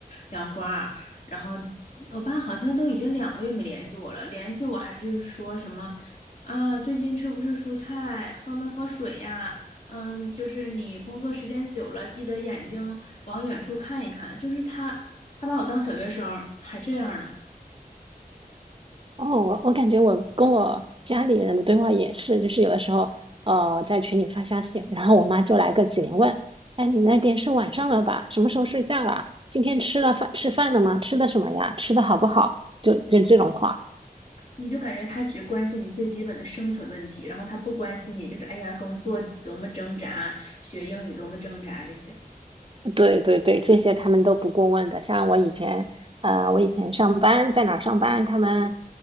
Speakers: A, on the left; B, on the right.
A: 养花儿然后我爸好像都已经两个月没联系我了，联系我还是说什么啊，最近吃不吃蔬菜，喝没喝水呀？嗯，就是你工作时间久了，记得眼睛往远处看一看。就是他，他把我当小学生儿还这样呢。
B: 哦，我我感觉我跟我家里人的对话也是，就是有的时候，呃，在群里发消息，然后我妈就来个几连问，哎，你那边是晚上了吧？什么时候睡觉啦？今天吃了饭吃饭了吗？吃的什么呀？吃的好不好？就就这种话。
A: 你就感觉他只关心你最基本的生存问题，然后他不关心你，就是哎呀，工作多么挣扎，学英语多么挣扎这些
B: 对对对，这些他们都不过问的。像我以前，呃，我以前上班在哪儿上班，他们